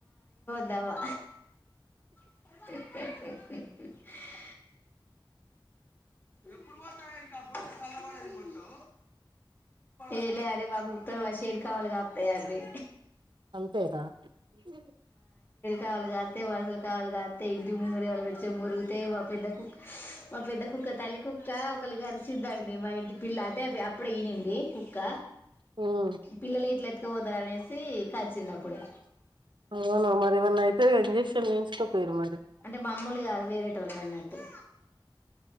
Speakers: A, on the left; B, on the right.
A: దవా హే హా హమ్ ఎప్పుడు పోతే ఇంకా ఫోటో చలవడదు మొత్తం ఏలే అరే బ కుక్కలు వషేరి కావాలిగా వస్తాయంండి
B: అంతేరా అ
A: కావలు కాతే వాళ్తల్ కావలు కాత ఇంటి ముర వల జమ్మూ రతే వాపు ఇద్ద కు మా పెద్ద కుక్క తల్లి కుక్క ఒకళ గరిచద్దాండి మా ఇంటి పిల్ల అంటే ఇప్పుడు ఈనంది కుక్క
B: మ్మ్
A: పిల్లల్ని ఇట్ల పోతా అనేసి కరిచింది అప్పుడు
B: అవును మరి ఏమన్నా అయితే ఇంజక్షన్ ఎయిన్చుకోపోయరు మరి
A: అంటే మామ్మూలు కాదు వేరేటోళ్ళే అన్నట్టు